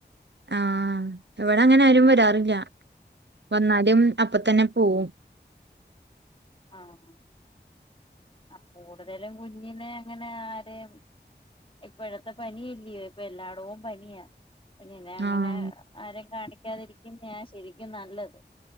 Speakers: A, on the right; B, on the left.
A: ആഹ എവിടെ അങ്ങനെ ആരുമ് വരാറില്ല വന്നാലും അപ്പൊ തന്നെ പോവും
B: ആഹ ആ കൂടുതലും കുഞ്ഞിനെ അങ്ങനെ ആരെയും ഇപ്പ ഇടത്തെ പനില്ലയോ ഇപ്പ എല്ലായിടവും പനിയാ പിന്നന്നെ അങ്ങനെ
A: ആഹ്
B: ആരും കാണിക്കാതിരിക്കുന്ന ശരിക്കും നല്ലത്